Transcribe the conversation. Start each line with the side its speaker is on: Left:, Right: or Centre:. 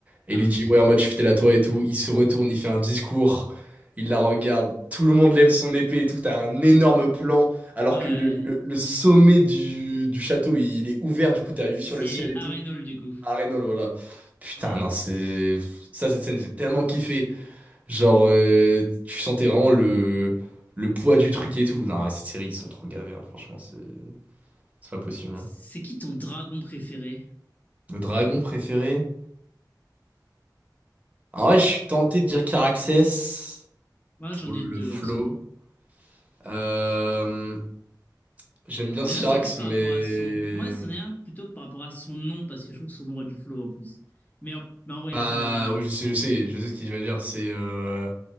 Right: Et
Left: Ah
Right: il lui dit,
Left: oui.
Right: ouais, en mode, je suis fidèle à toi et tout. Il se retourne, il fait un discours. Il la regarde. Tout le monde lève son épée et tout. T'as un énorme plan. Alors
Left: Ouais.
Right: que le, le, le sommet du, du château, il est ouvert. Du coup, t'as une vue sur
Left: C'est
Right: le ciel et
Left: Arenol
Right: tout.
Left: du coup.
Right: À Reynold, voilà. Putain,
Left: Bah,
Right: non, c'est. Ça, cette scène, j'ai tellement kiffé. Genre, euh, tu sentais vraiment le, le poids du truc et tout. Non, ouais, cette série, ils sont trop gavés, hein, franchement, c'est c'est pas possible.
Left: c'est
Right: hein.
Left: qui ton dragon préféré?
Right: Le dragon préféré? En vrai, je suis tenté de dire Caraxès
Left: Moi,
Right: pour
Left: j'en
Right: le
Left: ai deux
Right: flow.
Left: en soi.
Right: Euh, j'aime bien
Left: Mais
Right: Syrax,
Left: non, c'est plus par
Right: mais.
Left: rapport à son. Moi, c'en est un plutôt par rapport à son nom, parce que je trouve que son nom a du flow en plus. Mais en, mais en vrai,
Right: Bah,
Left: il a servi à rien, il
Right: oui,
Left: est
Right: je
Left: vite
Right: sais,
Left: mort.
Right: je sais, je sais ce qu'il va dire. C'est. euh,